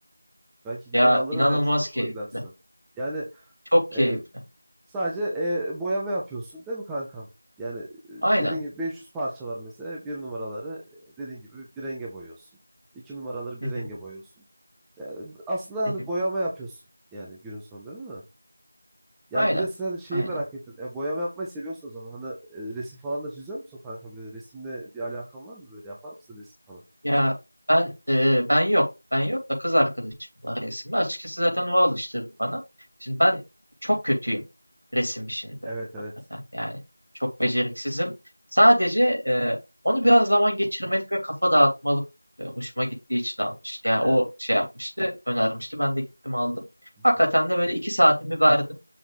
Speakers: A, in the centre; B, on the right.
A: belki gider
B: Ya
A: alırım
B: inanılmaz
A: yani çok hoşuma
B: keyifli.
A: giderse. Yani
B: Çok keyifli.
A: E, sadece e, boyama yapıyorsun değil mi kankam? Yani e,
B: Aynen.
A: dediğin gibi 500 parça var mesela. Bir numaraları e, dediğin gibi bir renge boyuyorsun. İki numaraları
B: Hı
A: bir renge
B: hı,
A: boyuyorsun. Yani aslında
B: hı
A: hani
B: hı.
A: boyama yapıyorsun yani günün sonunda değil mi? Yani
B: Aynen.
A: bir de sen şeyi
B: Aynen.
A: merak ettim. E, boyama yapmayı seviyorsun o zaman. Hani e, resim falan da çiziyor musun kanka? Böyle resimle bir alakan var mı böyle? Yapar mısın resim falan?
B: Ya ben e, ben yok. Ben yok da kız arkadaşım var resimde. Açıkçası zaten o alıştırdı bana. Şimdi ben çok kötüyüm resim işinde.
A: Evet evet.
B: Hakikaten yani çok beceriksizim. Sadece e, onu biraz zaman geçirmelik ve kafa dağıtmalık e, hoşuma gittiği için almıştı. Yani
A: Evet.
B: o şey yapmıştı, önermişti. Ben de gittim aldım.
A: Hı
B: Hakikaten
A: hı.
B: de böyle iki saatimi verdim.